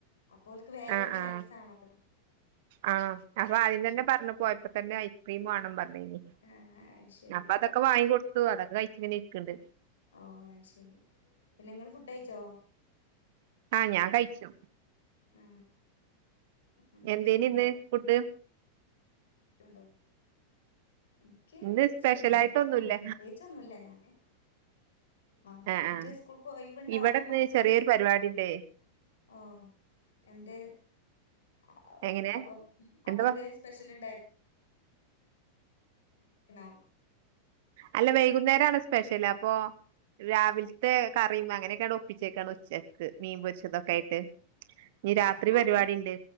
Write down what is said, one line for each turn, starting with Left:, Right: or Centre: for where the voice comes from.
Left: അപ്പോൽക്ക് വേം
Right: ആഹ്
Left: ഒരു ചാൻസ്
Right: ആഹ്
Left: ആണല്ലോ
Right: ആഹ് അപ്പൊ ആദ്യം
Left: അങ്ങനെ
Right: തന്നെ പറഞ്ഞു പോയപ്പോ തന്നെ ഐസ്ക്രീമ് വാണം <unintelligible>
Left: ആഹ് അത് ശരി
Right: അപ്പ അതൊക്കെ വാങ്ങി കൊട് ട്തു അതൊക്കെ കയിച്ങ്ങനെ ഇര്ക്ക്‌ണ് ണ്ട്
Left: ഓഹ് ഐശെരി പിന്നെങ്ങള് ഫുഡൈച്ചോ
Right: ആഹ് ഞാൻ കഴിച്ചു
Left: ആഹ് ആഹ്
Right: എന്തേന്
Left: ശരി
Right: ഇന്ന് ഫുഡ്
Left: ലുണ്ടോ എനിക്ക്
Right: ഇന്ന് സ്പെഷ്യലായിട്ടൊന്നുല്ല
Left: ചിക്കൻ കറി ആ പ്രത്യേകിച്ച ഒന്നുല്ല ഞാന് ആ
Right: ആഹ
Left: മറ്റേ
Right: ആഹ
Left: സ്കൂൾക്ക് ഒഴിവുണ്ടാവുമ്പോ
Right: ഇവിടെന്ന്
Left: മക്കൾക്ക്
Right: ചെറിയൊരു പരിപാടിണ്ടേ?
Left: ഓ എന്തേ അ
Right: എങ്ങനെ
Left: അപ്പം അപ്പന്തേ
Right: എന്താ
Left: സ്പെഷ്യൽണ്ടായി രുന്നോ
Right: അല്ല വൈകുന്നേരണ് സ്പെഷ്യല് അപ്പൊ രാവിലത്തെ കറിയ അങ്ങനെയൊക്കെയ ഒപ്പിച്ചേക്കാണ് ഉച്ചക്ക് മീൻ പൊരിച്ചതൊക്കെ ആയിട്ട് നീ രാത്രി
Left: അപ്പ
Right: പരിപാടി ഉണ്ട്